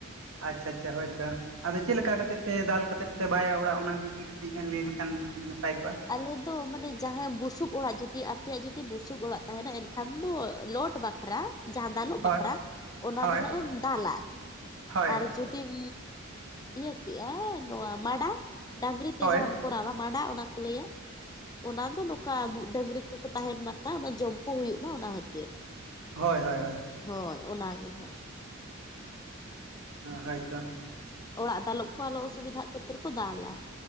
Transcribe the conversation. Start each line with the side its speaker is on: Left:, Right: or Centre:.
Right: ᱟᱪᱪᱷᱟ ᱟᱪᱪᱷᱟ ᱦᱳᱭᱛᱚ ᱟᱫᱚ ᱪᱮᱫ ᱞᱮᱠᱟ ᱠᱟ ᱠᱟᱛᱮᱫ ᱯᱮ ᱫᱟᱞ ᱠᱟᱛᱮᱫ ᱵᱟᱭᱟ ᱚᱲᱟᱜ ᱚᱱᱟ ᱠᱚ ᱜᱤ ᱠᱟᱹᱴᱤᱡ ᱵᱮᱱ ᱞᱟᱹᱭ ᱞᱮᱠᱷᱟᱱ ᱠᱟᱹᱴᱤᱡ ᱱᱟᱯᱟᱭ ᱠᱚᱜᱼᱟ?
Left: ᱟᱞᱮ ᱫᱚ ᱢᱟᱱᱮ ᱡᱟᱦᱟᱸ ᱵᱩᱥᱩᱵ ᱚᱲᱟᱜ ᱡᱩᱫᱤ ᱟᱯᱮᱭᱟᱜ ᱡᱩᱫᱤ ᱵᱩᱥᱩᱵ ᱚᱲᱟᱜ ᱛᱟᱦᱮᱱᱟ, ᱮᱱᱠᱷᱟᱱ ᱫᱚ ᱞᱳᱰ ᱵᱟᱠᱷᱨᱟ ᱡᱟᱦᱟᱸ ᱫᱟᱞᱳᱜ
Right: ᱦᱳᱭ
Left: ᱵᱟᱠᱷᱨᱟ ᱚᱱᱟ
Right: ᱦᱳᱭ
Left: ᱫᱚ ᱦᱟᱸᱜ ᱮᱢ ᱫᱟᱞᱟ
Right: ᱦᱳᱭ
Left: ᱟᱨ ᱡᱩᱫᱤᱢ ᱤᱭᱟᱹ ᱠᱮᱜᱼᱟ ᱱᱚᱣᱟ ᱢᱟᱸᱰᱟ, ᱰᱟᱝᱨᱤ ᱛᱮ
Right: ᱦᱳᱭ
Left: ᱡᱟᱦᱟᱸ ᱠᱚᱨᱟᱣᱟ ᱢᱟᱸᱰᱟ ᱚᱱᱟ ᱠᱚ ᱞᱟᱹᱭᱟ ᱚᱱᱟ ᱫᱚ ᱱᱚᱝ ᱠᱟᱜ ᱰᱟᱹᱝᱨᱤ ᱠᱚᱠᱚ ᱛᱟᱦᱮᱱ ᱢᱟᱠᱷᱟᱱ ᱚᱱᱟ ᱡᱚᱢ ᱠᱚ ᱦᱩᱭᱩᱜ ᱢᱟ ᱚᱱᱟ ᱠᱷᱟᱹᱛᱤᱨ᱾
Right: ᱦᱳᱭ ᱦᱳᱭ ᱦᱳᱭ
Left: ᱦᱳᱭ ᱚᱱᱟ ᱜᱮ ᱦᱟᱸᱜ
Right: ᱦᱳᱭ ᱛᱚ
Left: ᱚᱲᱟᱜ ᱫᱟᱞᱚᱵ ᱠᱚ ᱟᱞᱚ ᱚᱥᱩᱵᱤᱫᱷᱟᱜ ᱠᱷᱟᱹᱛᱤᱨ ᱠᱚ ᱫᱟᱞᱟ,